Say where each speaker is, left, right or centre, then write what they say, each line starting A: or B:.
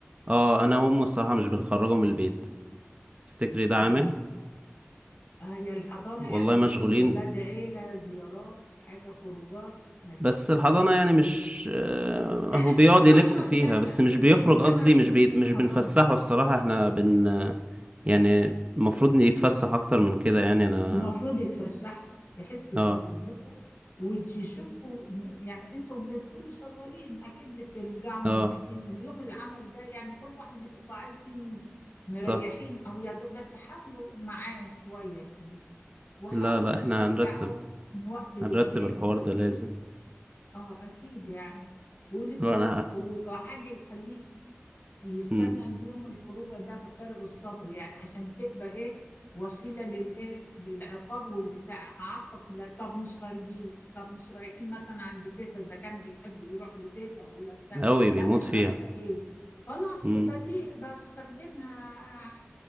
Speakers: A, on the right; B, on the left.
A: اه أنا وأمه الصراحة مش بنخرجه من البيت تفتكري ده
B: آه
A: عامل
B: هي الحضانة
A: والله
B: يعني ما
A: مشغولين
B: فيش أولاد عيلة زيارات حاجة خروجات ما فيش
A: بس الحضانة يعني مش آه،
B: لا
A: هو بيقعد
B: الحضانة
A: يلف فيها
B: لا
A: بس مش بيخرج قصدي
B: أنا ضد
A: مش بيت...
B: الحضانة
A: مش بنفسحه الصراحة احنا بن آه، يعني المفروض إن يتفسح أكتر من كده يعني أنا
B: المفروض يتفسح يحس بربكم
A: اه
B: ويشوفكم يعني انتوا بتقولوا شغالين اكيد بترجعوا منهكين
A: اه
B: اليوم اللي عمل ده يعني كل واحد بتبقى عايزين مريحين
A: صح
B: او يا دوب بس حاولوا معاه شوية بال- وحاول
A: لا لا
B: تشجعه
A: احنا هنرتب
B: من وقت للتاني
A: هنرتب الحوار
B: خليه
A: ده لازم
B: اه اكيد يعني ولكوا
A: لا
B: يوم
A: أنا
B: خروجه حاجة يخليه يستنى
A: مم.
B: اليوم الخروجه ده بفارغ الصبر يعني عشان تبقى ايه وسيله للايه للعقاب والبتاع هعاقبك لا طب مش خارجين طب مش رايحين مثلا عند تيتا اذا كان بيحب يروح لتيتا ولا بتاع
A: أوي بيموت
B: لا مش
A: فيها
B: عارفه ايه خلاص
A: مم.
B: يبقى دي بستخدمها